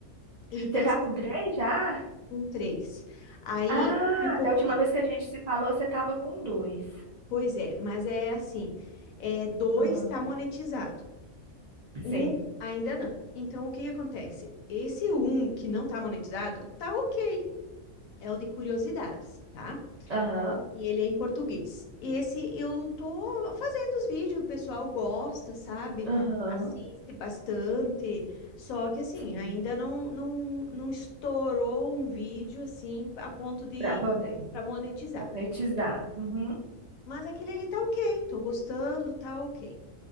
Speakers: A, on the left (about 85°); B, on the right (about 85°).
A: E desses
B: Você tá com três já?
A: com três. Aí,
B: Ah,
A: tipo,
B: da
A: tem.
B: última vez que a gente se falou, você tava com dois.
A: Pois é, mas é assim, é, dois
B: Aham.
A: está monetizado,
B: Sim.
A: um ainda não. Então, o que que acontece? Esse um que não está monetizado, tá ok, é o de curiosidades, tá?
B: Aham.
A: E ele é em português. Esse eu tô fazendo os vídeos, o pessoal gosta, sabe?
B: Aham.
A: Assiste bastante, só que assim,
B: Sim.
A: ainda não, não, não estourou um vídeo assim a ponto de
B: Pra poder
A: para monetizar.
B: monetizar. Uhum.
A: Mas aquele ali tá ok, tô gostando, tá ok.